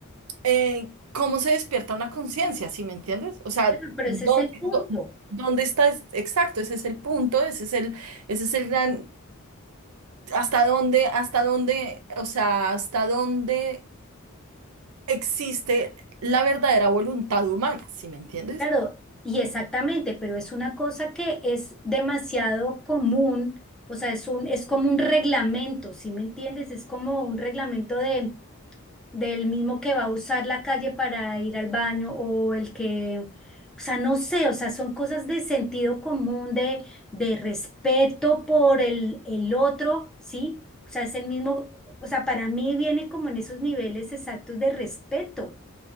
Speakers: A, on the right; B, in the centre.
A: eh, ¿cómo se despierta una conciencia? ¿Sí me entiendes? O sea,
B: Bueno, pero
A: ¿dónde,
B: ese es el punto.
A: dó- dónde está? es- Exacto, ese es el punto, ese es el, ese es el gran, hasta dónde, hasta dónde, o sea, hasta dónde existe la verdadera voluntad humana, ¿sí me entiendes?
B: Claro, y exactamente, pero es una cosa que es demasiado común, o sea, es un, es como un reglamento, ¿sí me entiendes? Es como un reglamento de, del mismo que va a usar la calle para ir al baño o el que, o sea, no sé, o sea, son cosas de sentido común, de, de respeto por el, el otro, ¿sí? O sea, es el mismo, o sea, para mí viene como en esos niveles exactos de respeto.